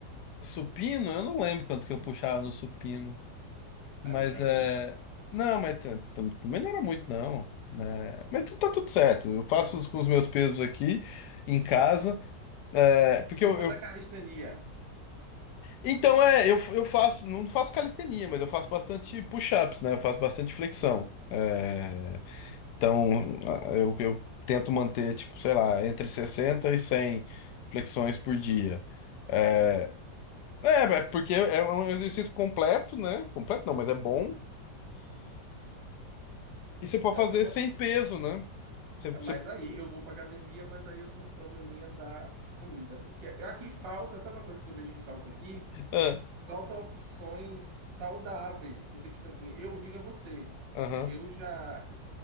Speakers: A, on the left; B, on the right.
A: supino, eu não lembro quanto
B: Sim.
A: que eu puxava no supino. Mas
B: Aí, tá
A: é.
B: vendo?
A: Não, mas t- t- também não era muito, não. Né? Mas t- tá tudo certo. Eu faço os- com os meus pesos aqui em casa. é, porque
B: O
A: eu,
B: homem
A: eu-
B: é da calistenia.
A: Então é, eu, eu faço, não faço calistenia, mas eu faço bastante push-ups, né? Eu faço bastante flexão. É, então eu, eu tento manter, tipo, sei lá, entre 60 e 100 flexões por dia. Eh,
B: Aí é legal.
A: É, é porque é um exercício completo, né? Completo não, mas é bom. E você
B: E
A: pode
B: dá
A: fazer
B: pra fazer.
A: sem peso, né? Você, você...
B: Mas aí eu vou para academia, mas aí eu tenho um probleminha da comida, porque aqui falta, sabe uma coisa que eu vejo que falta aqui?
A: Ah,
B: Falta opções saudáveis, porque tipo assim, eu digo a você,
A: aham,
B: eu já